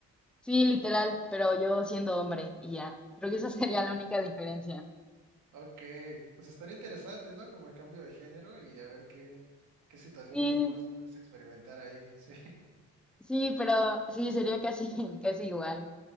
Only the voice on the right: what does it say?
Ok, pues estaría interesante, ¿no? Como el cambio de género y a ver qué, qué situaciones
nuevas puedes experimentar ahí. <laughs> Sí.